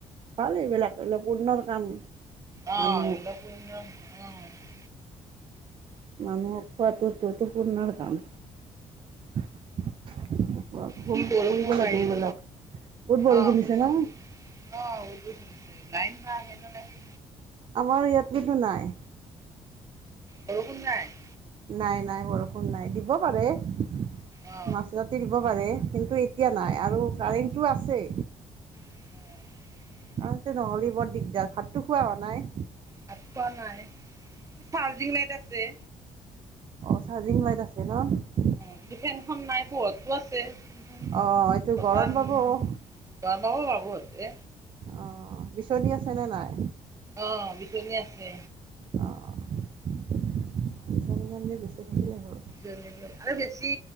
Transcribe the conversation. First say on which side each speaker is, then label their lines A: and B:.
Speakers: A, on the right; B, on the right.
A: ভাল এইবিলাক এইবিলাক পুৰ্ণৰ কাম।
B: অ
A: মানুহক
B: এইবিলাক পূণ্যৰ <unintelligible>
A: মানুহক খোৱাটো এইটো পূণ্যৰ কাম। <unintelligible>
B: কি বৰষুণ
A: কৰিব লাগে
B: বাহিৰত
A: এইবিলাক, বহুত বৰষুণ
B: অ কৰিব
A: দিছে ন?
B: অ <unintelligible> লাইন বা আহে নে নাহে?
A: আমাৰ ইয়াত কিন্তু নাই।
B: বৰষুণ নাই?
A: নাই নাই বৰষুণ নাই দিব পাৰে। <unintelligible>
B: অ
A: দিব পাৰে কিন্তু এতিয়া নাই আৰু কাৰেণ্টটো আছে।
B: <inaudible>
A: কাৰেন্টটো নহ'লে বৰ দিগদাৰ ভাতো খোৱা হোৱা নাই।
B: ভাত খোৱা নাই, চাৰ্জিং লাইট আছে।
A: অ চাৰ্জিং লাইট আছে ন।
B: অ ফেনখন নাই পোহৰতটো আছে,
A: অঁ এইটো
B: বতান
A: গৰম পাব অঁ
B: <unintelligible> বাবুহতে
A: অ বিচনী আছে নে নাই?
B: অ বিচনী আছে।
A: অ'। বিচনীখন দি বিছি থাকিলে হ'ল।
B: আৰু বেছি